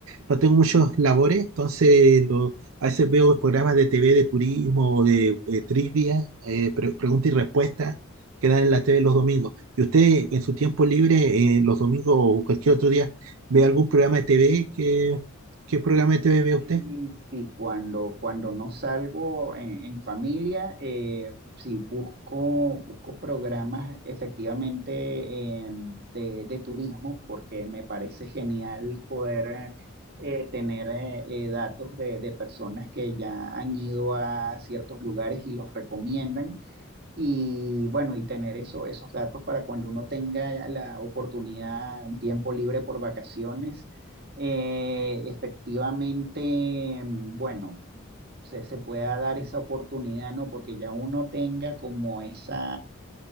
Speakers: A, on the right; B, on the right.
A: no tengo muchos labores, entonces lo- a veces veo programas de TV de turismo o de eh, trivia, eh, pre- pregunta y respuesta que dan en la TV los domingos. ¿Y usted en su tiempo libre, eh, los domingos o cualquier otro día, ve algún programa de TV? ¿Qué, qué programa
B: Eh,
A: de TV
B: eh,
A: ve usted?
B: mm, Sí, cuando, cuando no salgo en, en familia, eh, sí busco, busco programas efectivamente eh, de, de turismo porque me parece genial poder eh, tener eh, eh, datos de, de personas que ya han ido a ciertos lugares y los recomiendan. Y bueno, y tener eso, esos datos para cuando uno tenga la oportunidad, un tiempo libre por vacaciones, eh, efectivamente, mm, bueno, se, se pueda dar esa oportunidad, ¿no? Porque ya uno tenga como esa